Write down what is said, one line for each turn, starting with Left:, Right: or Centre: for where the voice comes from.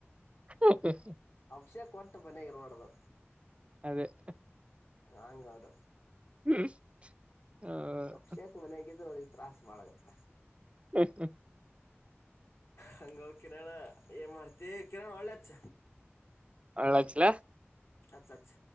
Right: <unintelligible>
Left: ಅಭಿಷೇಕ್ ಒಟ್ಟ ಮನೆಯಾಗ ಇರಬಾರ್ದು.
Right: ಅದೇ-
Left: ಹಂಗ ಅದ
Right: ಹ್ಮ ಹ್ಮ
Left: ಅಭಿಷಕ್ ಮನ್ಯಾಗಿದ್ರ. ತ್ರಾಸ ಭಾಳ ಆಗುತ್ತ.
Right: ಹ್ಮ್ ಹ್ಮ
Left: ಹಂಗ ಕಿರಣಾ ಏನ್ ಮಾಡ್ತಿ ಕಿರಣಾ ಹೊಳ್ಳಿ ಹಚ್ಚ.
Right: ಹೊಳ್ಳಿ ಹಚ್ಚ್ಲಾ.
Left: ಹಚ್ಚ ಹಚ್.